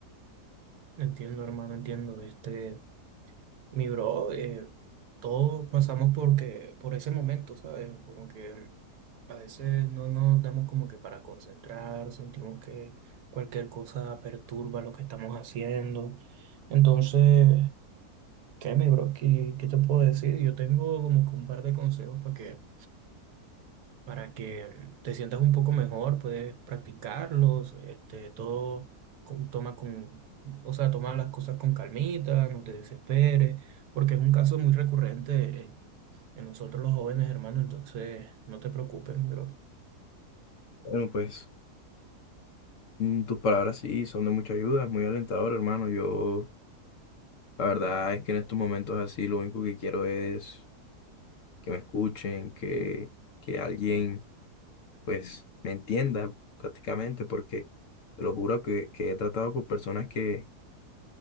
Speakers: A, on the right; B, on the left.
A: Entiendo, hermano, entiendo. Este, mi bro, eh, todos pasamos porque, por ese momento, ¿sabes? Como que a veces no nos damos como que para concentrar, sentimos que cualquier cosa perturba lo que estamos haciendo. Entonces, ¿qué, mi bro? ¿Qué, qué te puedo decir? Yo tengo como que un par de consejos para que para que te sientas un poco mejor, puedes practicarlos, este, todo con- toma con, o sea, toma las cosas con calmita, no te desesperes, porque es un caso muy recurrente eh, en nosotros los jóvenes, hermano, entonces no te preocupes, mi bro.
B: Bueno, pues. Mm, Tus palabras sí son de mucha ayuda, es muy alentador, hermano. Yo, la verdad es que en estos momentos así, lo único que quiero es que me escuchen, que, que alguien, pues, me entienda prácticamente, porque te lo juro que, que he tratado con personas que,